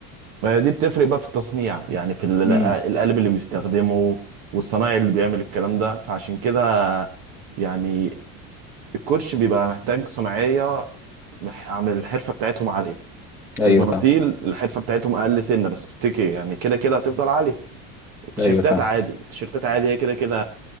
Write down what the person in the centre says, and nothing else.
امم
ايوه
فاهم
ايوه فاهم